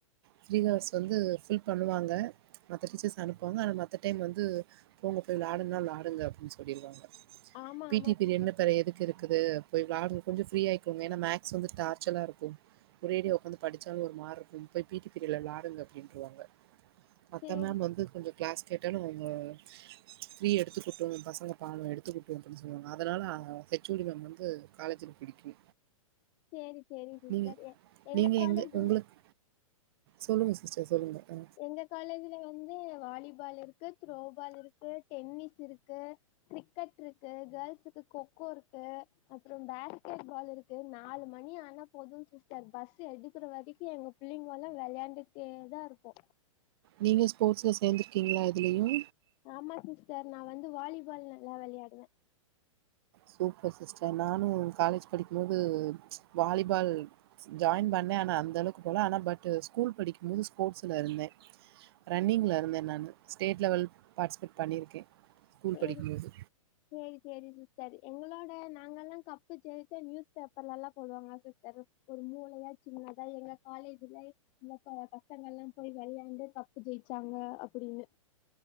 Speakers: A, on the right; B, on the left.
A: ஃப்ரீ ஹவர்ஸ் வந்து ஃபில் பண்ணுவாங்க மத்த டீச்சர்ஸ அனுப்புவாங்க ஆனா மத் த டைம் வந்து போங்க போய் விளாடுங்க விளாடுங்க அப்டின்னு சொல்லிருவாங்க.
B: ஆமா
A: பி
B: ஆமா
A: டி பீரியட்னு
B: சிஸ்டர்
A: அப்புற எதுக்கு இருக்குது போய் விளாடுங்க கொஞ்ச ஃப்ரீ ஆயிக்கோங்க ஏன்னா மேக்ஸ் வந்து டார்ச்சரா இருக்கும் ஒரேடியா உக்காந்து படிச்சாலு ஒரு மாரி இருக்கும் போய் பி டி பீரியட்ல விளாடுங்க அப்டின்ட்ருவாங்க. மத்த
B: சேரி
A: மேம் வந்து கொஞ்ச கிளாஸ் கேட்டாலு அவுங்க ஃப்ரீ எடுத்துக்குட்டு பசங்க பாவோ எடுத்துக்குட்டு அப்டின்னு சொல்லுவாங்க. அதனால ஆ ஹெச் ஓ டி மேம் வந்து காலேஜுல பிடிக்கு
B: சேரி சேரி சிஸ்டர்
A: நீங்க
B: எ எங்க
A: நீங்க
B: காலேஜில
A: உங்களுக்கு சொல்லுங்க சிஸ்டர் சொல்லுங்க. அ
B: எங்க காலேஜுல வந் து வாலிபால் இருக்கு த்ரோபால் இருக்கு டென்னிஸ் இருக்கு க்ரிக்கெட் இருக்கு கேள்ஸுக்கு கொக்கோ இருக்கு அப்றோ பேஸ்கெட் பால் இருக்கு நாலு மணி ஆனா போது சிஸ்டர் பஸ்ஸு எடுக்கிற வரைக்கி எங்க பிள்ளைங்க எல்லா வெளையாண்டுக்டேதா இரு க்கு
A: நீங்க ஸ்போர்ட்ஸ்ல சேந்திருக்கீங்களா எதுலயு?
B: ஆமா சிஸ்டர் நா வந்து வாலிபால் நல்லா வெளையாடுவே
A: சூப்பர் சிஸ்டர் நானு காலேஜ் படிக்கும் போது வாலிபால் ஜாய்ன் பண்ணே ஆனா அந்த அளவுக்கு போல ஆனா பட்டு் ஸ்கூல் படிக்கும் போது ஸ்போர்ட்ஸ்ல இருந்தே ரன்னிங்ல இருந்தே நானு ஸ்டேட் லெவல் பார்ட்டிசிபேட் பண்ணியிருக்கே ஸ்கூல்
B: சேரி
A: படிக்கும்போது
B: சேரி சேரி சிஸ் சரி எங்களோட நாங்கல்லா கப்பு ஜெயிச்சா நியூஸ் பேப்பர்ல எல்லா போடுவாங்க சிஸ்டர் ஒரு மூலைல சின்னதா எங்க காலேஜுலை இந்த ப பசங்கல்லா எல்லா போய் வெளயாண்டு கப்பு ஜெயிச்சாங்க அப்படின்னு.